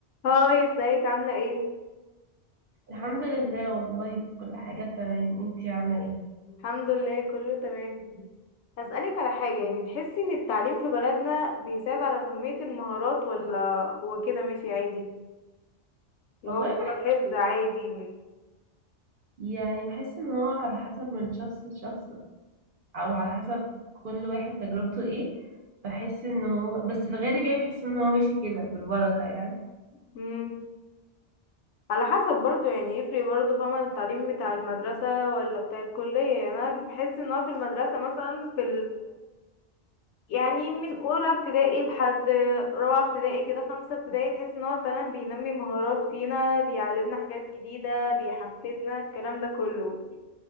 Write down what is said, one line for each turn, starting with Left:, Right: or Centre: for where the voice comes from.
Left: هاي ازيك عاملة ايه؟
Right: الحمد لله والله كل حاجة تمام انتي عاملة ايه
Left: الحمد لله كله تمام هسألك على حاجة يعني تحسي ان التعليم في بلدنا بيساعد على تنمية المهارات ولا هو كده ماشي عادي اللي
Right: والله
Left: هو مجرد
Right: بحس
Left: حفظ عادي
Right: يعني بحس ان هو على حسب من شخص لشخص او على حسب كل واحد تجربته ايه بحس ان هو بس الغالب يعني بحس ان هو ماشي كده بالبركة يعني
Left: مم. على حسب برضو يعني يفرق برضو فاهمة التعليم بتاع المدرسة ولا بتاع الكلية يعني انا بحس ان هو في المدرسة مثلا في يعني من اولى ابتدائي لحد رابعه ابتدائي كده خمسه ابتدائي تحس ان هو فعلا بينمي مهارات فينا بيعلمنا حاجات جديده بيحفزنا الكلام ده كله